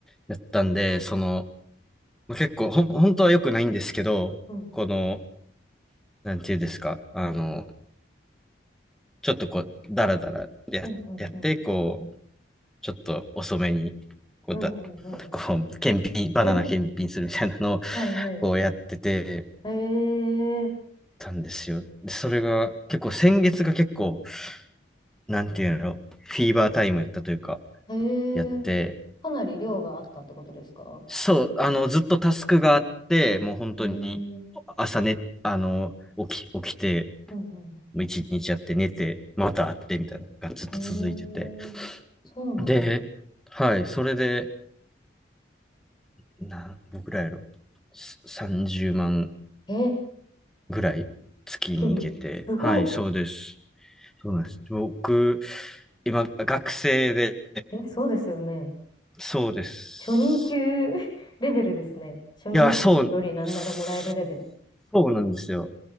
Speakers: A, in the centre; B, on the left.
A: やったんで、その、結構、ほん、本当は良くないんですけど、
B: うん
A: この、なんていうんですか、あの、ちょっとこう、だらだらや、
B: うんうんうん。
A: やって、こう、ちょっと遅めに、こうだ、
B: うんうんうん。
A: こう、検品、バナナ検品するみたいなのを、
B: <laughs> はいはい。
A: こうやってて、
B: ええ
A: たんですよ。で、それが、結構先月が結構、なんていうの、フィーバータイムやったというか、
B: え
A: やって、
B: えかなり量があったってことですか
A: そう、あの、ずっとタスクがあって、もう本当に、
B: ええ
A: 朝ね、あの、起き、起きて、
B: うんうん。
A: もう一日やって寝て、また会ってみたいなのがずっと続いてて。
B: ええそうなんだ。
A: で、はい、それで、な、僕らやろ、30万
B: え
A: ぐらい月に行けて。
B: 月に。すごっ。
A: はい、そうです。そうなんです。僕、今、学生で、
B: え、そうですよね。
A: そうです。
B: 初任給 <laughs> レベルですね。初任給よりなんならもらえるレベル。
A: いや、そう、そうなんですよ。